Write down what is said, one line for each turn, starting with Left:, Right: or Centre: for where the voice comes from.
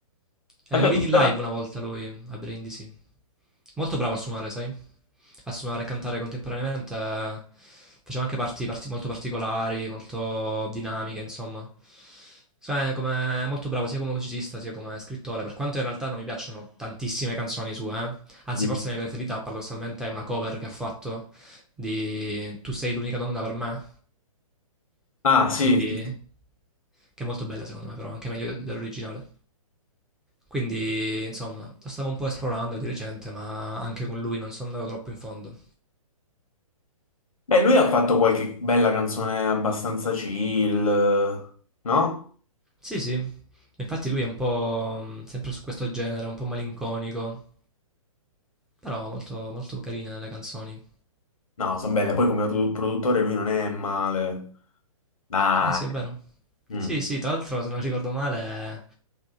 Left: È
Centre: Eh,
Left: vero,
Centre: lo vidi in
Left: bella.
Centre: live una volta lui a Brindisi. Molto bravo a suonare, sai? A suonare e cantare contemporaneamente. eh, Faceva anche parti, parti molto particolari, molto dinamiche, insomma. Cioè, come, è molto bravo sia come musicista sia come scrittore, per quanto in realtà non mi piacciono tantissime canzoni sue, eh. Anzi,
Left: Mm.
Centre: forse la mia preferita paradossalmente è una cover che ha fatto di Tu sei l'unica donna per me
Left: Ah, sì,
Centre: quindi,
Left: sì, sì.
Centre: che è molto bella secondo me, però anche meglio de- dell'originale. Quindi, insomma, lo stavo un po' esplorando di recente, ma anche con lui non sono andato troppo in fondo.
Left: Beh, lui ha fatto qualche bella canzone abbastanza chill, no?
Centre: Sì, sì. Infatti lui è un po' mh, sempre su questo genere, un po' malinconico, però molto, molto carino nelle canzoni.
Left: No, sono belle. Poi come produ- produttore lui non è male. Dai.
Centre: Eh sì, è vero.
Left: Mm.
Centre: Sì, sì, tra l'altro, se non ricordo male,